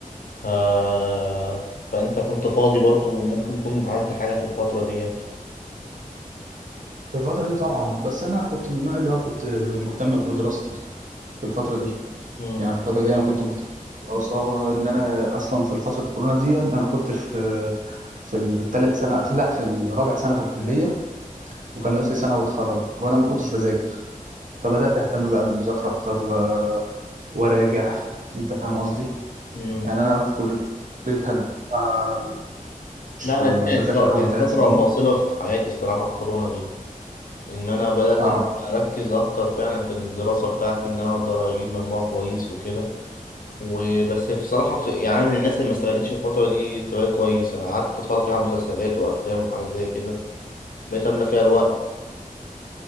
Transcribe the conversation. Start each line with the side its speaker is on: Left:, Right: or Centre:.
Left: آه فانت كنت فاضي برضه وممكن يكون عملت حاجه في الفتره ديت
Right: في الفترة دي طبعا بس أنا كنت من النوع اللي هو كنت مهتم بدراستي في الفترة دي
Left: مم.
Right: يعني في الفترة دي أنا كنت مهتم بالدراسة إن أنا أصلا في فترة كورونا دي أنا كنت في في الثالث سنة في لا في الرابع سنة في الكلية وكان ناقص لي سنة وأتخرج وأنا ما كنتش بذاكر فبدأت أهتم بقى بالمذاكرة أكتر و... وأراجع أنت فاهم قصدي؟
Left: مم.
Right: يعني أنا في كلية هندسة آه، مش
Left: لا انا دي كانت
Right: بذاكر
Left: ف... كانت
Right: أول ثلاث
Left: فتره
Right: سنين
Left: فاصله في حياتي الصراحه الكورونا دي ان انا بدات
Right: أه
Left: ان اركز اكتر فعلا في الدراسه بتاعتي ان انا اقدر اجيب مجموع كويس وكده وبس في صراحه في يعني انا من الناس اللي ما استغلتش الفتره دي استغلال كويس انا قعدت اتفرج فيها على مسلسلات وافلام وحاجات زي كده بقيت املى فيها الوقت